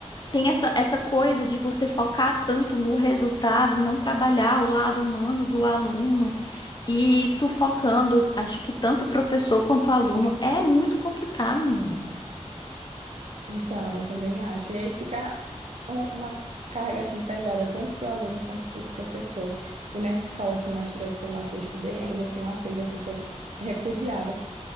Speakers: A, on the left; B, on the right.
A: tem essa, essa coisa de você focar tanto no resultado e não trabalhar o lado humano do aluno e sufocando, acho que tanto o professor quanto o aluno é muito complicado, menina.
B: Então, eu também acho. E aí fica um- uma carga assim pesada tanto para o aluno quanto para o professor. E nessa escola assim mais tradicional que eu estudei, ainda tinha uma coisa assim que eu repudiava,